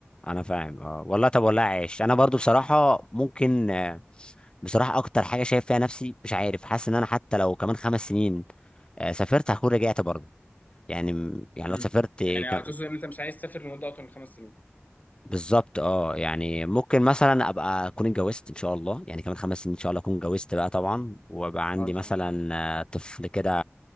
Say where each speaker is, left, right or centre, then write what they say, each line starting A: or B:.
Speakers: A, on the left; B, on the left.
A: انا فاهم اه والله طب والله عايش انا برضو بصراحة ممكن آه، بصراحة اكتر حاجة شايف فيها نفسي مش عارف حاسس ان انا حتى لو كمان خمس سنين آه، سافرت هكون رجعت برضو يعني يعني
B: امم
A: لو سافرت
B: يعني
A: كم...
B: هتوصل ان انت مش عايز تسافر لمده اطول من خمس سنين
A: بالظبط اه يعني ممكن مثلا ابقى اكون اتجوزت ان شاء الله يعني كمان خمس سنين ان شاء الله اكون اتجوزت بقى طبعا وابقى عندي
B: اه ان شاء
A: مثلا
B: الله
A: آه، طفل كده